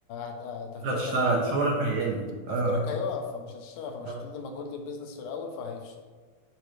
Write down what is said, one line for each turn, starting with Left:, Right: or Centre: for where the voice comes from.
Left: هت- تفكيرك
Right: مش هتشتغل
Left: هيقف
Right: شغلك هيقل
Left: تفكيرك
Right: اه
Left: هيقف فمش هتشتغل فمش
Right: آه.
Left: هتدي مجهود للبيزنس في الاول فهيفشل